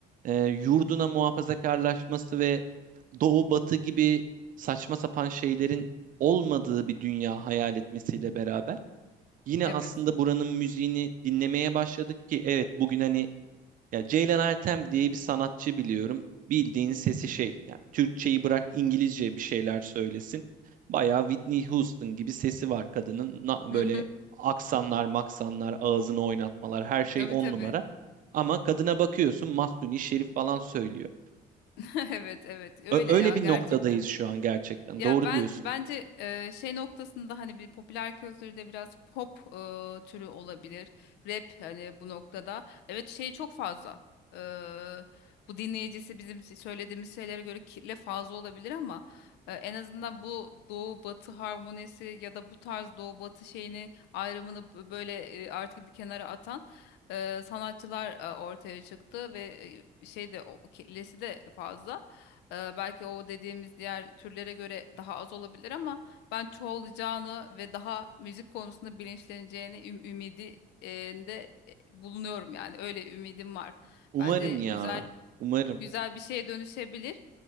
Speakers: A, on the right; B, on the left.
A: e, yurduna muhafazakarlaşması ve doğu batı gibi saçma sapan şeylerin olmadığı bir dünya hayal etmesiyle beraber yine
B: evet.
A: aslında buranın müziğini dinlemeye başladık ki evet bugün hani ya Ceylan Ertem diye bir sanatçı biliyorum. Bildiğin sesi şey. Yani Türkçeyi bırak İngilizce bir şeyler söylesin. Bayağı Whitney Houston gibi sesi var kadının. Na,
B: Hı
A: böyle
B: hı.
A: aksanlar, maksanlar, ağzını oynatmalar her şey
B: Tabii
A: on
B: tabii.
A: numara. Ama kadına bakıyorsun Mahsuni Şerif falan söylüyor.
B: <laughs> Evet, evet. Öyle
A: Ö- öyle
B: ya
A: bir
B: gerçekten.
A: noktadayız şu an gerçekten.
B: Ya
A: Doğru
B: ben
A: diyorsun.
B: bence e, şey noktasında hani bir popüler kültürde biraz pop e, türü olabilir. Rap hani bu noktada. Evet şey çok fazla. E, bu dinleyicisi bizim si, söylediğimiz şeylere göre kirli fazla olabilir ama e, en azından bu doğu batı harmonisi ya da bu tarz doğu batı şeyini ayrımını b- böyle e, artık bir kenara atan e, sanatçılar e, ortaya çıktı ve e, şey de o kirlisi de fazla. Ee, belki o dediğimiz diğer türlere göre daha az olabilir ama ben çoğalacağını ve daha müzik konusunda bilinçleneceğini üm ümidi e, de e, bulunuyorum yani öyle ümidim var.
A: Umarım
B: Bence
A: ya.
B: güzel
A: Umarım.
B: güzel bir şeye dönüşebilir.